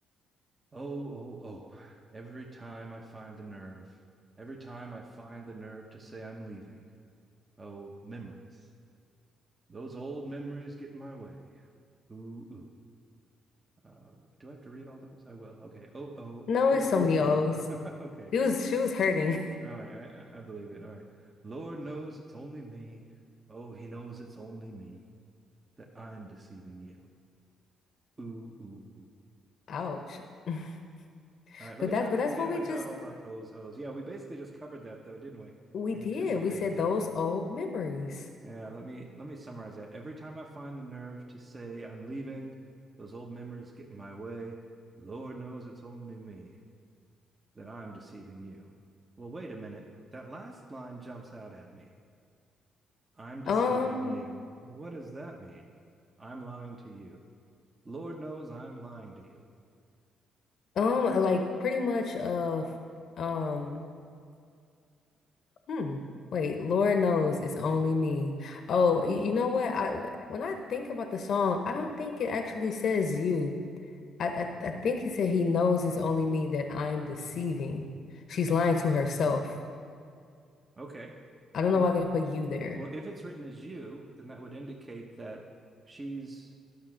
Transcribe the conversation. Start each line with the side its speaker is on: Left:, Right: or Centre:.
Right: Oh, oh, oh. Every time I find the nerve, every time I find the nerve to say I'm leaving. Oh, memories. Those old memories get in my way. Ooh, ooh. Um, do I have to read all those? I will. Okay. Oh, oh,
Left: No,
Right: oh,
Left: it's so
Right: oh,
Left: many O's.
Right: oh. <laughs> Okay.
Left: It was
Right: All
Left: she was hurting.
Right: right. I, I I believe it. All right. Lord knows it's only me. Oh, he knows it's only me that I'm deceiving you. Ooh, ooh, ooh.
Left: <laughs> Ouch. <laughs>
Right: All right, let
Left: But
Right: me
Left: that's
Right: try that
Left: but that's
Right: again
Left: what we
Right: without
Left: just
Right: all the O's, O's. Yeah, we basically just covered that though, didn't we?
Left: we
Right: We
Left: did.
Right: anticipated
Left: We said
Right: that.
Left: those old memories.
Right: Yeah, let me let me summarize that. Every time I find the nerve to say I'm leaving, those old memories get in my way. Lord knows it's only me that I'm deceiving you. Well, wait a minute. That last line jumps out at me. I'm deceiving
Left: Um,
Right: you. What does that mean? I'm lying to you. Lord knows I'm lying to you.
Left: Um, like pretty much of um hmm. Wait, Lord knows it's only me. Oh, y- you know what? I when I think about the song, I don't think it actually says you. I I, I think he said he knows it's only me that I'm deceiving. She's lying to herself.
Right: Okay.
Left: I don't
Right: Well,
Left: know why they put you there.
Right: Well, if it's written as you, then that would indicate that she's